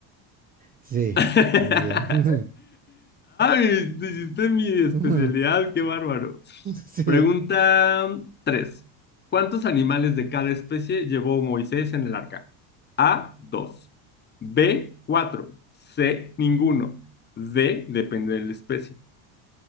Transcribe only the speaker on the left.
<laughs> Ay,
hiciste mi especialidad,
qué bárbaro.
Pregunta tres ¿Cuántos animales de cada especie llevó Moisés en el arca? A, dos B, cuatro C, ninguno. D, depende de la especie.